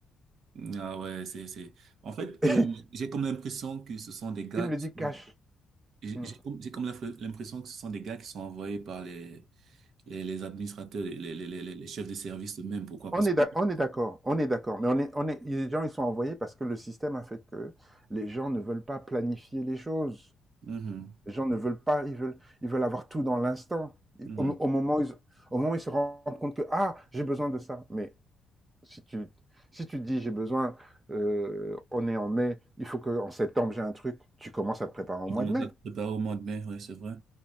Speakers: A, on the right; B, on the right.
A: Ah ouais, c'est, c'est. En fait,
B: <laughs>
A: euh, j'ai comme l'impression que ce sont des gars
B: Il me
A: qui
B: le dit
A: sont.
B: cash.
A: J'ai
B: Mm.
A: j'ai comme j'ai comme l'infre- l'impression que ce sont des gars qui sont envoyés par les les, les administrateurs, les, les, les, les les chefs de service eux-mêmes. Pourquoi?
B: On
A: Parce
B: est
A: que
B: d'ac- on est d'accord, on est d'accord, mais on est, on est, les gens ils sont envoyés parce que le système a fait que les gens ne veulent pas planifier les choses.
A: Mhm.
B: Les gens ne veulent pas, ils veulent, ils veulent avoir tout dans l'instant. Ils-
A: Mhm.
B: Au, au moment, où ils, au moment où ils se rendent compte que ah j'ai besoin de ça. Mais si tu, si tu dis j'ai besoin, euh, on est en mai, il faut que en septembre j'ai un truc. Tu commences à te préparer au
A: Je
B: mois
A: commence
B: de mai.
A: à préparer au mois de mai, ouais, c'est vrai.